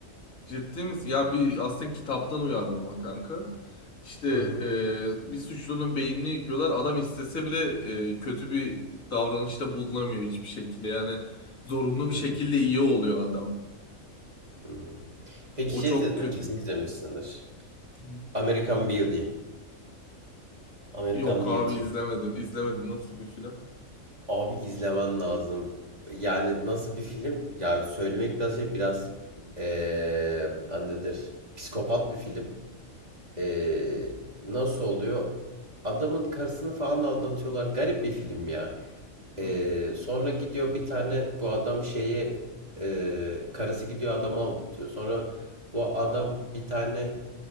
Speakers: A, on the left; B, on the right.
A: Ciddi misin? Ya bir aslında kitaptan uyarlama kanka. İşte
B: Hı hı.
A: e, bir suçlunun beynini yıkıyorlar. Adam istese bile e, kötü bir davranışta bulunamıyor hiçbir şekilde. Yani zorunlu bir
B: Hı
A: şekilde iyi oluyor adam.
B: hı. Peki
A: O
B: şey
A: çok
B: izledin
A: kötüydü.
B: mi? Kesin izlemişsindir.
A: Hı hı.
B: American Beauty. American
A: Yok
B: Beauty.
A: abi izlemedim. İzlemedim. Nasıl bir film?
B: Abi izlemen lazım. Yani nasıl bir film? Yani söylemek biraz şey biraz eee annedir. Psikopat bir film. Eee, nasıl oluyor? Adamın karısını falan aldatıyorlar. Garip bir film ya. Eee,
A: Hı.
B: sonra gidiyor bir tane bu adam şeye eee, karısı gidiyor adamı aldatıyor. Sonra bu adam bir tane